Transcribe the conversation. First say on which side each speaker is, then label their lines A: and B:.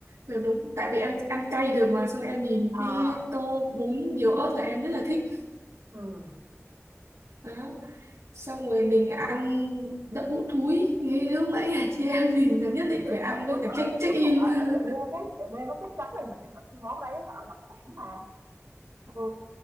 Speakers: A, on the right; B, on the right.
A: kiểu đúng tại vì em ăn cay được mà xong em nhìn
B: Ờ,
A: cái tô bún nhiều ớt là em rất là thích
B: ừ
A: đó xong rồi mình ăn đậu hũ thúi thì lúc nãy <laughs> là chị em mình là nhất định
B: thế
A: phải ăn
B: đấy,
A: với
B: đúng
A: cả
B: rồi,
A: check check
B: đúng
A: in
B: rồi, ở ở chợ
A: <laughs>
B: đêm đấy, chợ đêm nó chắc chắn là mình phải thử cái món đấy á Thảo, đặc sản mà.
A: Ờ,